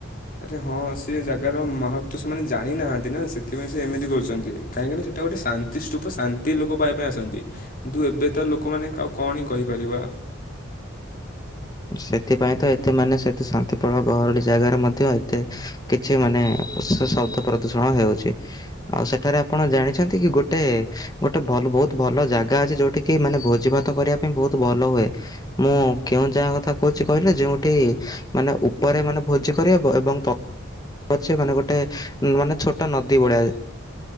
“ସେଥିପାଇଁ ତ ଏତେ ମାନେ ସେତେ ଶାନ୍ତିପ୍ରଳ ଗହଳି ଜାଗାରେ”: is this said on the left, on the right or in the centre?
Left